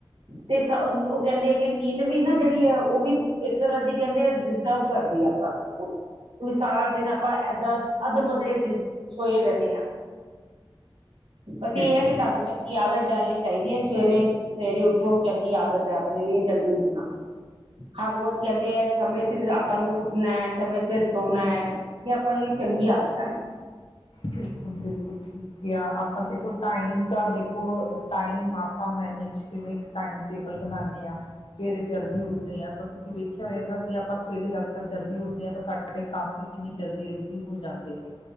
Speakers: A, on the right; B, on the left.
A: ਤੇ ਸ ਉਨ ਉਹ ਕਹਿੰ ਕਹਿੰਦੇ ਆ ਕਿ ਨੀਂਦ ਵੀ ਨਾ ਜਿਹੜੀ ਹੈ, ਉਹ ਵੀ ਇਸ ਤਰ੍ਹਾਂ ਦੀ ਕਹਿੰਦੇ ਆ, ਡਿਸਟਰਬ ਕਰਦੀ ਹੈ ਆਪਾਂ ਨੂੰ। ਵੀ ਸਾਰਾ ਦਿਨ ਆਪਾਂ ਏਦਾਂ, ਅੱਧ-ਮਰੇ ਜਿਹੇ, ਸੋਏ ਰਹਿਨੇ ਆਂ। ਪਤਾ
B: ਬਿਲਕੁਲ
A: ਹੈ ਕਿ ਤੁਹਾਨੂੰ ਚ ਕੀ ਆਦਤ ਡਾਲਣੀ ਚਾਹੀਦੀ ਹੈ ਸਵੇਰੇ, ਸਵੇਰੇ ਉਠੋ ਚੰਗੀ ਆਦਤ ਹੈ ਆਪਣੇ ਲੀ ਜਲਦੀ ਉੱਠਣਾ ਹਰ ਰੋਜ਼ ਕਹਿੰਦੇ ਹੈ, ਸਮੇਂ ਸਿਰ ਆਪਾਂ ਨੂੰ ਉੱਠਣਾ ਹੈ ਸਮੇਂ ਸਿਰ ਸੋਣਾ। ਇਹ ਆਪਾ ਲਈ ਚੰਗੀਆਂ ਆਦਤਾਂ ਨੇ।
B: ਬਿਲਕੁਲ, ਬਿਲਕੁਲ ਠੀਕ ਠੀਕ ਆ, ਆਪਾਂ ਦੇਖੋ ਟਾਈਮ ਤਾਂ, ਦੇਖੋ ਟਾਈਮ ਆਪਾਂ ਮੈਨੇਜ ਕਿਵੇਂ ਟਾਈਮ ਟੇਬਲ ਬਣਾਉਂਦੇ ਹਾਂ। ਸਵੇਰੇ ਜਲਦੀ ਉੱਠਦੇ ਹਾਂ, ਤਾਂ ਤੁਸੀਂ ਵੇਖਿਆ ਹੋਏਗਾ ਕਿ ਆਪਾਂ ਸਵੇਰੇ ਜ਼ਿਆਦਾ ਤਰ ਜਲਦੀ ਉੱਠਦੇ ਹਾਂ ਤਾਂ ਸਾ ਸਾਡੇ ਕੰਮ ਵੀ ਕਿੰਨੀ ਜਲਦੀ-ਜਲਦੀ ਹੋ ਜਾਂਦੇ ਨੇ,